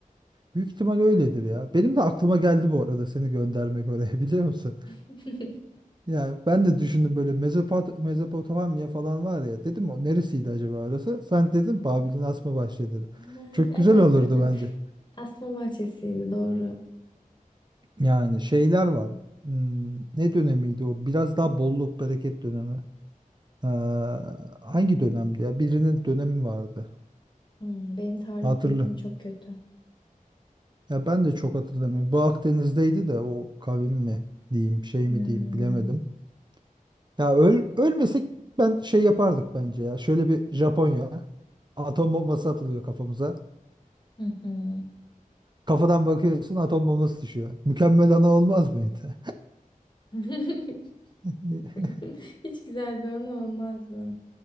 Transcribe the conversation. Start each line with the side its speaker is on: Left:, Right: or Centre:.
Right: büyük ihtimal öyledir ya. Benim de aklıma geldi bu arada seni göndermek oraya <laughs> biliyor musun?
Left: <laughs>
Right: Yani ben de düşündüm böyle Mezopot Mezopotamya falan var ya dedim o neresiydi acaba orası? Sen dedin Babil'in asma bahçeleri.
Left: Ha,
Right: Çok
Left: Evet,
Right: güzel olurdu
Left: evet.
Right: bence.
Left: Asma bahçesiydi doğru.
Right: Yani şeyler var. Hmm, ne dönemiydi o? Biraz daha bolluk bereket dönemi. Ee, hangi dönemdi ya? Birinin dönemi vardı.
Left: Hmm, benim tarih
Right: Hatırlı.
Left: bilgim çok kötü.
Right: Ya ben de çok hatırlamıyorum. Bu Akdeniz'deydi de o kavim mi diyeyim şey
Left: Hmm.
Right: mi diyeyim bilemedim. Ya öl, ölmesek ben şey yapardık bence ya. Şöyle bir Japonya. Atom bombası atılıyor kafamıza.
Left: Hı hı.
Right: Kafadan bakıyorsun atom bombası düşüyor. Mükemmel ana olmaz mıydı?
Left: <laughs>
Right: <laughs>
Left: <laughs> Hiç güzel bir anı olmazdı.